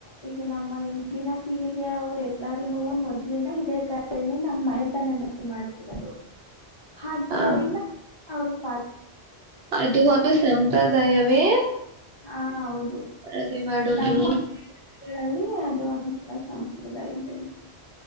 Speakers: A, on the left; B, on the right.
A: ಈಗ ನಮ್ಮ ಇಿಂದಿನ ಪೀಳಿಗೆ ಅವರು ಎಲ್ಲಾರೂ ಮೊದ್ಲಿನ ಇದೇ ತರ ನಮ್ಮ್ ಮನೆತನದಲ್ಲಿ ಮಾಡ್ತಿರೋದು ಆದ್ದರಿಂದ
B: ಹ
A: ಅವರು ಪ
B: ಅದು ಒಂದು ಸಂಪ್ರದಾಯವೇ
A: ಹಾ ಹೌದು
B: ಹಾಗೆ ಮಾಡುವುದು
A: ನಮ್ಮಗಳಲ್ಲಿ ಅದು ಎ ಸಂಪ್ರದಾಯಂಗಿ